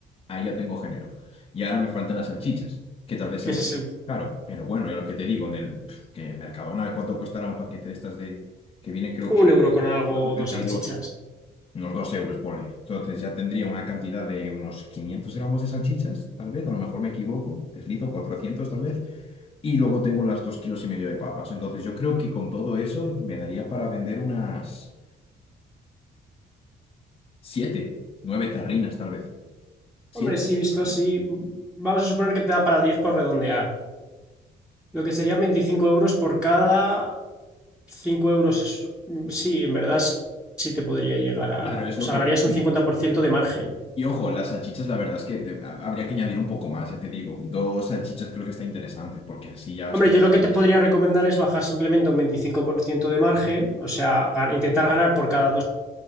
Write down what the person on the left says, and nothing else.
Ahí ya tengo género. Y ahora me faltan las salchichas, que tal vez
sea
un
poco
caro. Pero bueno, es lo que te digo, en el pf, que Mercadona, ¿cuánto costará un paquete de estas de que vienen creo que
4,32?
Unos 2 euros, pone. Entonces ya tendría una cantidad de unos 500 gramos de salchichas, tal vez, a lo mejor me equivoco, deslizo 400 tal vez, y luego tengo las 2 kilos y medio de papas. Entonces yo creo que con todo eso me daría para vender unas... Siete, nueve tarrinas tal vez. Siete
tarrinas.
Claro, es
lo
que
te
digo.
Y ojo, las salchichas, la verdad es que te- ha- habría que añadir un poco más, ya te digo. Dos salchichas creo que está interesante, porque así ya es
como-